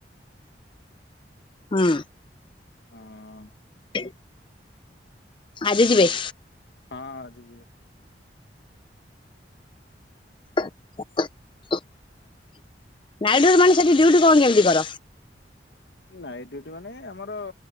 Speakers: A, on the left; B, on the left.
A: ହଁ।
B: ହଁ।
A: <inaudible> ଆଜି ଯିବେ?
B: ହଁ ଆଜି ଯିବେ।
A: ନାଇଟ ଡ୍ୟୁଟି ମାନେ ସେଠି ଡ୍ୟୁଟି କଣ କେମିତି କର?
B: ନାଇଟ୍ ଡ୍ୟୁଟି ମାନେ ଆମର